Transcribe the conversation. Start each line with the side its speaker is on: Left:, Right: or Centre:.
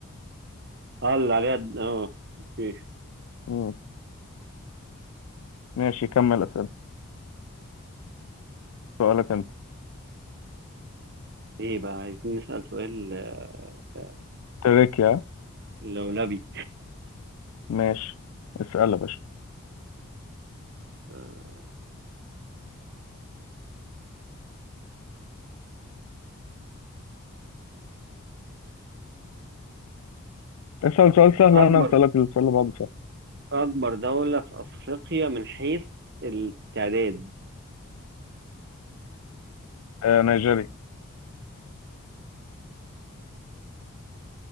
Right: اه اللي عليها د- اه اوكي
Left: مم. ماشي كمل اسئله سؤالك انت
Right: ايه بقى عايزين نسأل سؤال آه، آه،
Left: تركيا
Right: لولبي
Left: ماشي اسال يا باشا
Right: آه،
Left: اسال سؤال سهل
Right: أكبر
Left: وانا هسالك السؤال اللي بعده سهل
Right: أكبر دولة في أفريقيا من حيث التعداد
Left: آه نيجيريا